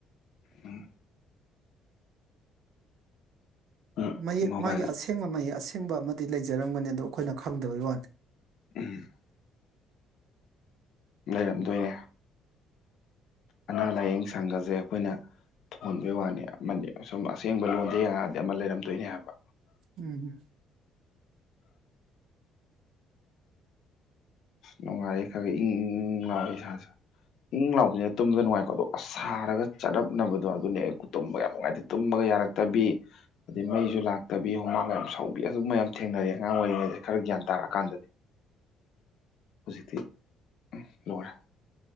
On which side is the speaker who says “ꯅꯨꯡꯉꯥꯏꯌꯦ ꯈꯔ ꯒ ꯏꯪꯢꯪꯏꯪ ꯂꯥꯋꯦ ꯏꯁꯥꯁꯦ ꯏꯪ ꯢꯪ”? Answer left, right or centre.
Left